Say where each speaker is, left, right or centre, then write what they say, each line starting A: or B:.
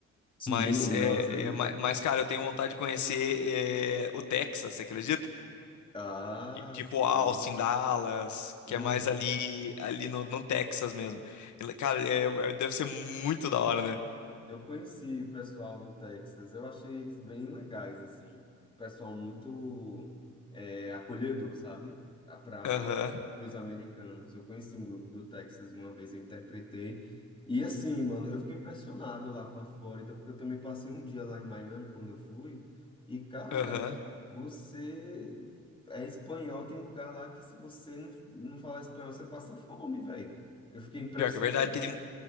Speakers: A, on the left; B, on the left.
A: Sim,
B: Mas, é,
A: nossa, aí.
B: é, ma- mas, cara, eu tenho vontade de conhecer é, o Texas, você acredita?
A: Ah,
B: Ti- Tipo
A: sim.
B: Austin, Dallas,
A: <laughs>
B: que é mais ali, ali no, no Texas mesmo. Ele- Cara, é, é- deve ser muito da hora, né?
A: Eu conheci o pessoal do Texas, eu achei eles bem legais, assim. Pessoal muito é, acolhedor, sabe? Para
B: Aham,
A: os americanos. Eu conheci um grupo do Texas uma vez, eu interpretei. E assim, mano, eu fiquei impressionado lá com a Flórida, porque eu também passei um dia lá em Miami quando eu fui. E, cara,
B: aham.
A: você é espanhol, tem lugar lá que se você não, não falar espanhol, você passa fome, velho. Eu fiquei impressionado.
B: Pior que é verdade, tem,